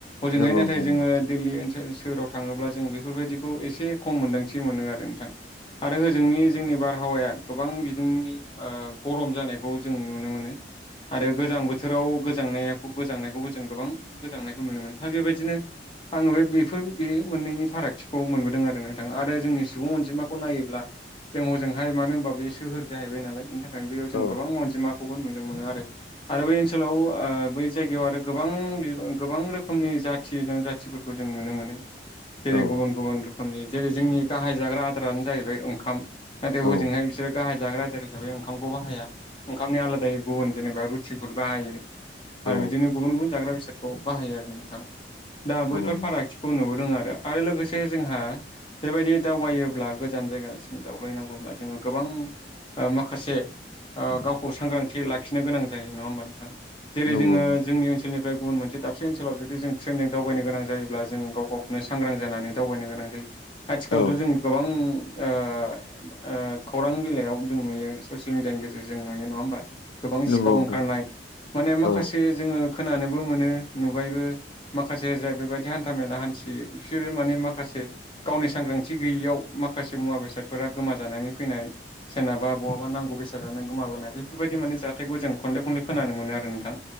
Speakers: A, on the left; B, on the left.
A: हजोंहाय
B: नंगौ
A: नाथाय
B: नोंथां
A: जोङो दिल्ली ओनसोल सोहोराव थाङोब्ला जों बेफोरबायदिखौ एसे खम मोनदांथि मोनो आरो नोंथां। आरो होजोंनि जोंनि बारहावाया गोबां बिदुंनि ओ गरम जानायखौ जों नुनो मोनो आरो गोजां बोथोराव गोजांनाया गोजांनायखौबो जों गोबां गोजांनायखौ नुनो मोनो था बेबायदिनो आङो बे बेफोर बे मोननैनि फारागथिखौ मोनबोदों आरो नोंथां आरो जोंनि सुबुं अनजिमाखौ नायोब्ला जों हजोंहाय मानो होनबा बे सोहोर जाहैबाय नालाय बेनि थाखायनो बेयाव
B: औ
A: जों गोबां अनजिमाखौबो नुनो मोनो आरो आरो बै ओनसोलाव ओ बै जायगायाव आरो गोबां बिबां गोबां रोखोमनि जाथि जनजाथिफोरखौ जों नुनो मोनो जेरै
B: औ
A: गुबुन गुबुन रो खोमनि जेरै जोंनि गाहाय जाग्रा आदारानो जाहैबाय ओंखाम नाथाय
B: औ
A: हजोंहाय बि बिसोरो गाहाय जाग्रा आदार हिसाबै ओंखामखौ बाहाया ओंखामनि आलादायै गुबुन जेनेबा रुथिफोर बाहायो।
B: औ
A: आरो बिदिनो गुबुन गुबुन जाग्रा बेसादखौ बाहायो आरो नोंथां। दा बैफोर
B: नंगौ
A: फारागथिखौ नुबोदों आरो आरो लोगोसे जोंहा बेबायदि दावबायोब्ला गोजान जायगासिम दावबायनांगौब्ला जोङो गोबां माखासे ओ गावखौ सांग्रांथि लाखिनो गोनां जायो नङा होमबा नोंथां जेरै
B: नंगौ
A: जोङो जोंनि ओनसोलनिफ्राय गुबुन मोनसे दाबसे ओनसोलाव जुदि जों ट्रेइन जों दावबायनो गोनां जायोब्ला जों गावखौनो सांग्रां जानानै दावबायनो गोनां जायो आथिखालथ'
B: औ
A: जों गोबां ओ ओ खौरां बिलाायाव जों नुयो ससियेल मिडियानि गेजेरजों नुयो नङा होमबा गोबां
B: नंगौ
A: सिखाव ओंखारनाय
B: नोंथां
A: माने
B: औ
A: माखासे जोङो खोनानोबो मोनो नुबायबो माखासे जाय बेबायदि हान्था मेला हान्थियो बिसोरो माने माखासे गावनि सांग्रांथि गैयियाव माखासे मुवा बेसादफोरा गोमाजानानै फैनाय सोरनाबा बहाबा नांगौ बेसादानो गोमाबोनाय बेफोरबायदि माने जाथायखौ जों खनले खनले खोनानो मोनो आरो नोंथां